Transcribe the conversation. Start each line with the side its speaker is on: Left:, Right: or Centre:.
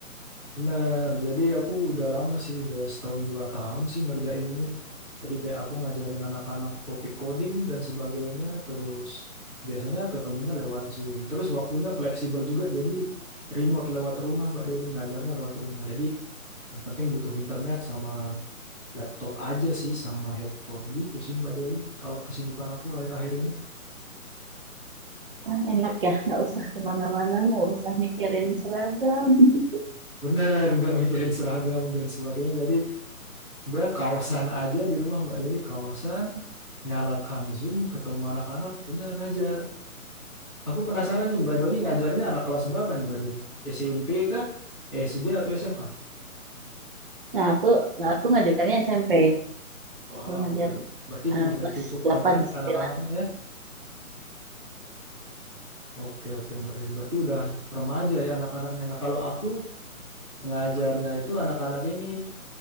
Centre: Bener, jadi aku udah lama sih, udah setahun dua tahun sih ngerjain ini. Jadi kayak aku ngajarin anak-anak topik coding dan sebagainya, terus biasanya ketemunya lewat Zoom. Terus waktunya fleksibel juga, jadi remote lewat rumah Mbak Deli, ngajarnya lewat rumah. Jadi yang penting butuh internet sama laptop aja sih, sama headphone gitu sih Mbak Deli. Kalau kesibukan aku akhir-akhir ini.
Right: Wah, enak ya, nggak usah kemana-mana, nggak usah mikirin seragam. <laughs>
Centre: Bener, nggak mikirin seragam dan sebagainya. Jadi udah kaosan aja di rumah Mbak Deli, kaosan, nyalakan Zoom, ketemu anak-anak, udah ngajar. Aku penasaran nih Mbak Deli ngajarnya anak kelas berapa nih Mbak Deli? SMP kah? SD atau SMA?
Right: Nah, aku, nah, aku ngajarnya SMP.
Centre: Wah,
Right: gue ngajar
Centre: udah. Berarti
Right: eh,
Centre: sudah
Right: kelas
Centre: cukup
Right: 8,
Centre: remaja
Right: 9.
Centre: anak-anaknya ya. Oke, oke Mbak Deli. Berarti udah remaja ya anak-anaknya. Nah, kalau aku ngajarnya itu anak-anak ini